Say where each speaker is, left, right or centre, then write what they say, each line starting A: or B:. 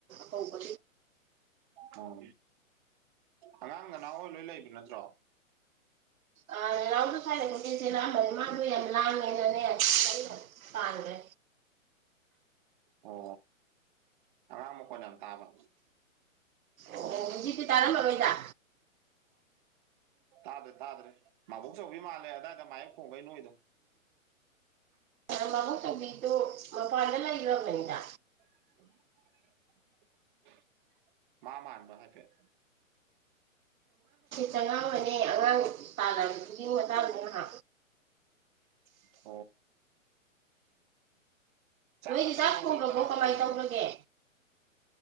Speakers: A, on the right (about 80°); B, on the right (about 35°).
A: ꯍꯧꯕ
B: ꯑꯣ ꯑꯉꯥꯡ ꯅ ꯅꯍꯣꯏ ꯂꯣꯏ ꯂꯩꯕ ꯅꯠꯇ꯭ꯔꯣ
A: ꯑ ꯔꯝꯗ ꯁꯥꯏꯅꯗꯤꯁꯦ ꯃꯥꯕꯨ ꯌꯥꯝ ꯂꯥꯡꯉꯦꯅꯅꯦ ꯄꯥꯈꯦ
B: ꯑꯣ ꯑꯉꯥꯡ ꯃꯈꯣꯜ ꯌꯥꯝ ꯇꯥꯕ
A: ꯑꯣꯖꯤꯛꯇꯤ ꯇꯥꯔꯝꯃꯔꯣꯏꯗ
B: ꯇꯥꯗ꯭ꯔꯦ ꯇꯥꯗ꯭ꯔꯦ ꯃꯥꯕꯣꯛ ꯆꯧꯕꯤ ꯃꯥꯜꯂꯦ ꯑꯗꯥꯏꯗ ꯃꯥꯏ ꯃꯨꯝꯕꯩꯅ
A: ꯎ <unintelligible> ꯃꯍꯨ ꯆꯪꯕꯤꯛꯇꯨ ꯃꯄꯥꯟꯗ ꯂꯩꯕꯅꯤꯗ
B: <unintelligible> ꯃꯥ ꯃꯥꯗ ꯍꯥꯏꯒꯠ
A: ꯆꯉ ꯅꯦ ꯑꯉꯥꯡ ꯇꯥꯕꯗꯨꯒꯤ ꯃꯇꯥꯡꯅꯦ ꯑ
B: ꯎ
A: ꯅꯣꯏꯗꯤ
B: ꯅꯊꯟ
A: ꯆꯥꯛ
B: ꯊꯣꯡꯉꯤꯔꯣ
A: ꯊꯣꯡꯕꯣ
B: ꯀꯅꯥꯒ
A: ꯀꯃꯥꯏꯅ
B: ꯊꯣꯡꯉꯤꯅꯣ
A: ꯇꯧꯔꯒꯦ